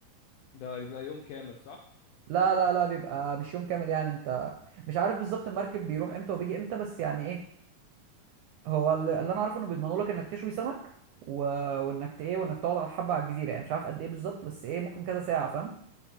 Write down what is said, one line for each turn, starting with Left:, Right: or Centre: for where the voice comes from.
Left: ده يبقى يوم كامل صح
Right: لا لا لا بيبقى مش يوم كامل يعني انت مش عارف بالظبط المركب بيروح امتى وبيجي امتى بس يعني ايه هو ال- اللي انا عارفه انه بيضمنوا لك انك تشوي سمك و... وانك ت- ايه وانك تقعد على حبه على الجزيره يعني مش عارف قد ايه بالظبط بس ايه ممكن كذا ساعه فاهم